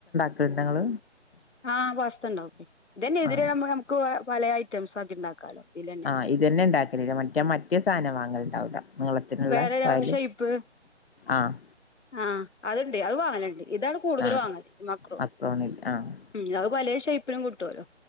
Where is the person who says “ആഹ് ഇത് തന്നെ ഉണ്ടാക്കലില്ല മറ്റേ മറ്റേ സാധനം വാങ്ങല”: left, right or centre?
Left